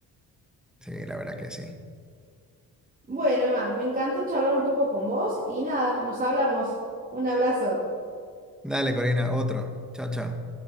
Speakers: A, in the centre; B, on the right.
A: Sí, la verdad que sí.
B: Bueno, Emma, me encantó charlar un poco con vos y nada, nos hablamos. Un abrazo.
A: Dale, Corina, otro. Chao, chao.